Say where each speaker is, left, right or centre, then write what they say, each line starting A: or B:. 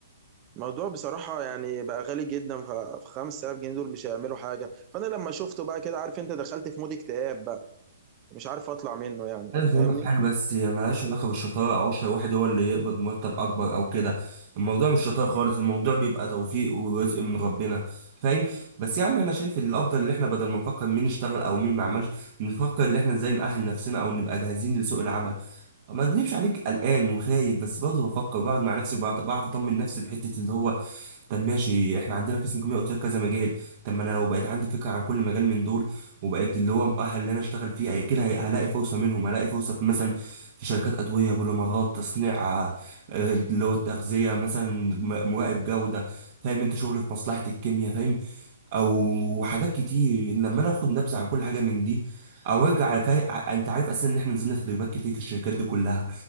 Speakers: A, on the right (about 30°); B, on the right (about 45°).
A: فالموضوع بصراحة يعني بقى غالي جدا ف 5000 جنيه دول مش هيعملوا حاجة فأنا لما شفته بقى كده عارف أنت دخلت في مود اكتئاب بقى مش عارف أطلع منه يعني
B: عايز افهمك
A: فاهمني
B: حاجه بس هي ملهاش علاقه بالشطاره او اشهر واحد هو اللي يقبض مرتب اكبر او كده الموضوع مش شطاره خالص الموضوع بيبقى توفيق ورزق من ربنا فاهم بس يعني انا شايف ان الافضل ان احنا بدل ما نفكر مين اشتغل او مين ما عملش نفكر ان احنا ازاي نأهل نفسنا او نبقى جاهزين لسوق العمل ما اكذبش عليك قلقان وخايف بس برضه بفكر بقعد مع نفسي وبعرف- بعرف اطمن نفسي بحته اللي هو طب ماشي احنا عندنا قسم كيمياء قلت لك كذا مجال طب ما انا لو بقيت عندي فكره عن كل مجال من دول وبقيت اللي هو مؤهل ان انا اشتغل فيه أي- كده هي- هلاقي فرصه منهم هلاقي فرصه في- مثلا في شركات ادويه بوليمرات تصنيع آه، اللي هو التغذيه مثلا م- مراقب جوده فاهم انت شغل في مصلحه الكيمياء فاهم او حاجات كتير لما انا اخد نبذه عن كل حاجه من دي او ارجع فا... انت عارف اصلا ان احنا نزلنا تدريبات كتير في الشركات دي كلها